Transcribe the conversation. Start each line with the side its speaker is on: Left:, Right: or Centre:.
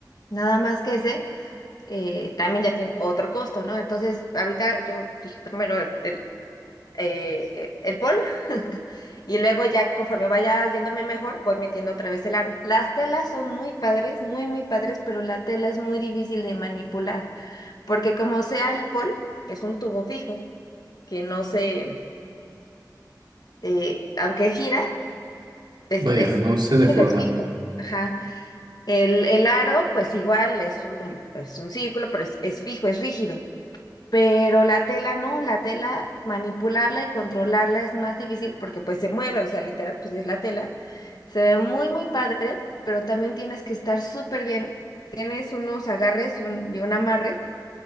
Left: nada más que ese. eh, también ya tiene otro costo, ¿no? Entonces, ahorita yo dije primero el, eh, el bol. <laughs> Y luego ya conforme vaya yéndome mejor, voy metiendo otra vez el aro. Las telas son muy padres, muy, muy padres, pero la tela es muy difícil de manipular, porque como sea el pol, es un tubo fijo, que no se, eh, aunque gira, es,
Right: vaya,
Left: es,
Right: no
Left: es
Right: se deforma.
Left: duro, es fijo. Ajá. El, el aro, pues igual, es un, es un círculo, pero es, es fijo, es rígido. Pero la tela no, la tela manipularla y controlarla es más difícil porque pues se mueve, o sea, literal, pues sí es la tela. Se ve muy, muy padre, pero también tienes que estar súper bien. Tienes unos agarres y un, y un amarre